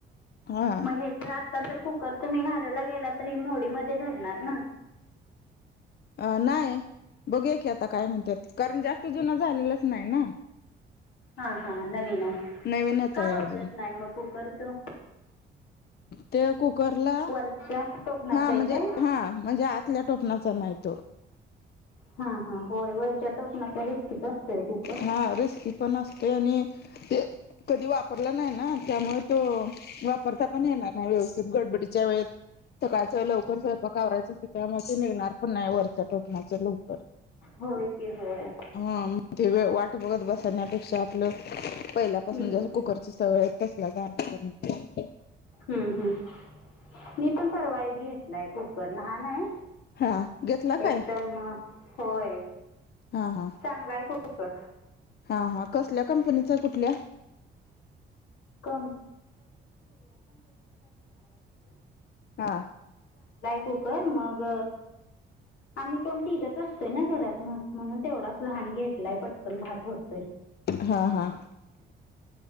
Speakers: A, on the left (about 55°); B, on the left (about 90°).
A: हा
B: मग हेज आ ता जर कुकर तुम्ही घरायला गेला तर हे मोडी मध्ये धरणार ना.
A: अ नाही. बघया की आता काय म्हणतात कारण जास्त जुन झालेलाच नाही ना.
B: हा हा नवीन आहे
A: नवीनच
B: का
A: आहे
B: वापरत
A: अजून
B: नाही कूकर तो?
A: ते खूप करला
B: वरच्या टोपणाच
A: हा
B: आहे
A: म्हणजे
B: काय
A: हा म्हणजे आतल्या टोपणाचा नाही तो.
B: हा हा होय वरच्या टोपणाचा रिस्किच असतोय. कुकर
A: हा रिस्की पण असते आणि ते कधी वापरलं नाही ना त्यामुळे तो वापरता पण ये व्यवस्थित गडबडीच्या वेळेेत सकाळचं लवकर स्वयपाक आवरायचं अस त्या म ते निघणार पण नाही वरच्या टोकणाचं लवकर.
B: होय क होय
A: हा मग ते वे वाट बघत बसवण्यापेक्षा आपलं पहिल्यापासून
B: हम्म
A: जस कुकरची सवय आहेत तसला जाणार
B: हम्म हम्म मी पण परवाई घेतलाय कुकर लहान आहे
A: हा घेतला काय
B: एकदम अ, होय
A: हा हा
B: चांगलाय कुकर
A: हा हा कसल्या कंपनीचा कुठल्या
B: क
A: हा
B: कुकर मग आम्ही कोणती इगत असतोय ना घरात म्हणून तेवढाच लहान घेतलाय पटकन भात होतोय
A: हा हा